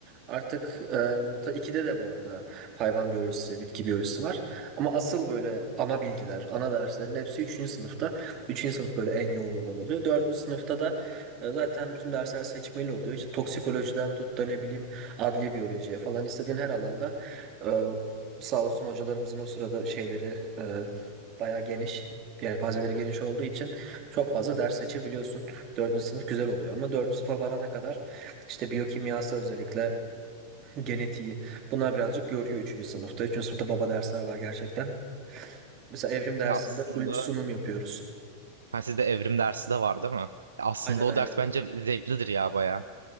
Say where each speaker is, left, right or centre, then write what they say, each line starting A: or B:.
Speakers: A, on the right (about 35°); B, on the right (about 70°).
A: Artık e, ta ikide de bu arada hayvan biyolojisi, bitki biyolojisi var. Ama asıl böyle ana bilgiler, ana derslerin hepsi üçüncü sınıfta. üçüncü sınıf böyle en yoğun olan oluyor. Dördüncü sınıfta da e, zaten bütün dersler seçmeli oluyor. İşte toksikolojiden tut da ne bileyim adliye biyolojiye falan istediğin her alanda e, sağ olsun hocalarımızın o sırada şeyleri e, bayağı geniş. Yelpazeleri geniş olduğu için çok fazla ders seçebiliyorsun. Dördüncü sınıf güzel oluyor ama dördüncü sınıfa varana kadar işte biyokimyası özellikle genetiği. Bunlar birazcık görüyor üçüncü sınıfta. 3. sınıfta baba dersler var gerçekten. Mesela evrim dersinde
B: Ya aslında
A: full sunum yapıyoruz.
B: ha sizde evrim dersi de var değil mi? Ya aslında
A: Aynen
B: o
A: aynen.
B: ders bence zevklidir ya baya.